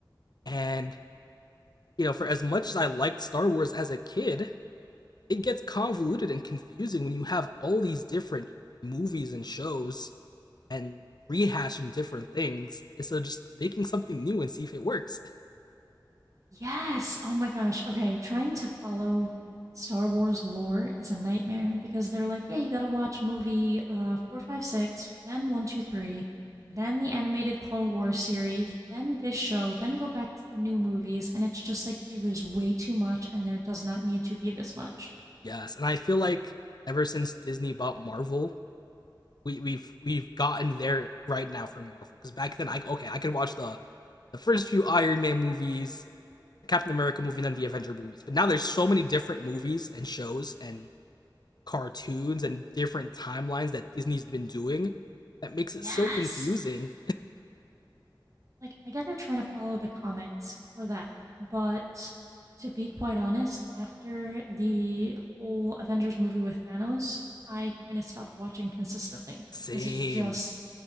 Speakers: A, on the left; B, on the right.
A: and you know, for as much as I liked Star Wars as a kid, it gets convoluted and confusing when you have all these different movies and shows and rehashing different things instead of just making something new and see if it works.
B: Yes. Oh my gosh. Okay. Trying to follow Star Wars lore is a nightmare because they're like, yeah, you got to watch movie uh, 456, then 123, then the animated Clone Wars series, then this show, then go back to the new movies. And it's just like, there is way too much and there does not need to be this much.
A: Yes, and I feel like ever since Disney bought Marvel, we, we've we've gotten there right now for Marvel. Because back then, I okay, I could watch the the first few Iron Man movies, the Captain America movie, and then the Avenger movies. But now there's so many different movies and shows and cartoons and different timelines that Disney's been doing that makes it
B: Yes.
A: so confusing.
B: Like, I get they're trying to follow the comics for that, but to be quite honest, after the whole Avengers movie with Thanos, I kind of stopped watching consistently
A: Same.
B: because it just